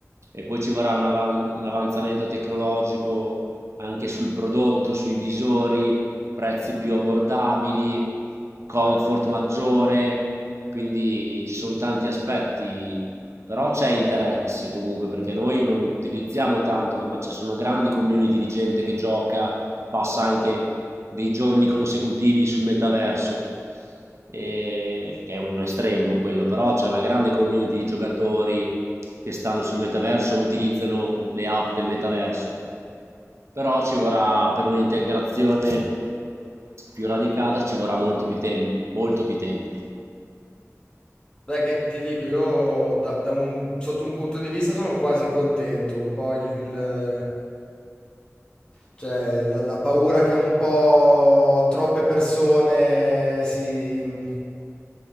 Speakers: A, on the right; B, on the left.
A: e poi ci vorrà un, avan- un avanzamento tecnologico anche sul prodotto, sui visori, prezzi più abbordabili, comfort maggiore, quindi ci sono tanti aspetti, però c'è interesse comunque perché noi non lo utilizziamo tanto, ma ci sono grandi community di gente che gioca, passa anche dei giorni consecutivi sul metaverso, eh, che è un estremo quello, però c'è una grande community di giocatori che stanno sul metaverso, utilizzano le app del metaverso, però ci vorrà per un'integrazione più radicata ci vorrà molto più, tem- molto più tempo.
B: Beh, che ti dico, io da, da un, sotto un punto di vista sono quasi contento, un po' il, il- cioè, la, la paura che un po' troppe persone si... mm,